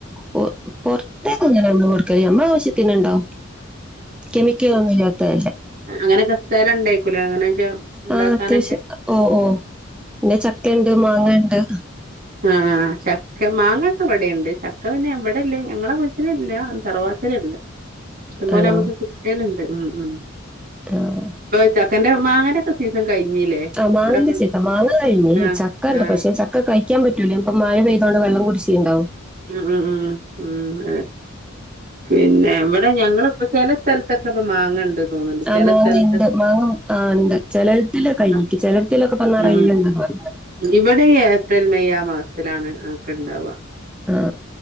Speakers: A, in the centre; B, on the right (about 45°).
A: പു പുറത്തേക്ക ഇങ്ങനെ നമ്മൾ കൊടുക്കല് നമ്മലെ ആവശ്യത്തിനന്ണ്ടാവ കെമിക്കലോന്നും ഇല്ലാത്തെ.
B: അങ്ങനെയൊക്കെ സ്ഥലം ഉണ്ടേയ്ക്കൂലെ അങ്ങനെയൊക്കെ ഉണ്ടാക്കാനൊക്കെ.
A: ആ അത്യാവശ്യം ഓ ഓ പിന്നെ ചക്കണ്ട് മാങ്ങ ഇണ്ട്
B: ആഹ് ചക്ക മാങ്ങ ഒക്കെ ഇവിടെണ്ട്. ചക്ക പിന്നെ ഇവടെല്ല ഞങ്ങളെ വീട്ടിലില്ല തറവാട്ടിലുണ്ട്. ഇഷ്ടം പോലെ
A: ആണോ
B: നമുക്ക് കിട്ടലണ്ട് ഉം ഉം
A: ആ
B: ഇപ്പൊ ചക്കന്റെ മാങ്ങേന്റോക്കെ സീസൺ കഴിഞ്ഞില്ലേ
A: ആഹ് മാങ്ങന്റെ
B: ഇവിടൊക്കെ
A: സീസൺ മാങ്ങ കഴിഞ്ഞ്
B: ആ
A: ചക്ക ഉണ്ട്
B: ആ
A: പക്ഷെ ചക്ക കഴിക്കാൻ പറ്റ് റ്റൂലെ മഴ പെയ്തോണ്ട് വെള്ളം കുടിച്ചിണ്ടാവും.
B: ഉം ഉം ഉം അതെ പിന്നെ ഇവിടെ ഞങ്ങളിപ്പ ചെല സ്ഥലത്തൊക്കെ ഇപ്പം മാങ്ങണ്ട്. തോന്നുന്നുണ്ട്
A: ആ
B: ചില
A: മാങ്ങ
B: സ്ഥലത്തൊക്കെ
A: ഇണ്ട് മാങ്ങ ആ ഇണ്ട് ചെലതിലെ കഴിഞ്ഞു
B: ആ
A: ചെലത്തിലൊക്കെ ഇപ്പം നറയെ
B: ഉം
A: ഇണ്ട് പറഞ്ഞു
B: ഇവിടെ ഏപ്രിൽ മെയ് ആ മാസത്തിലാണ് ഒക്കെ ഇണ്ടാവുക
A: ആ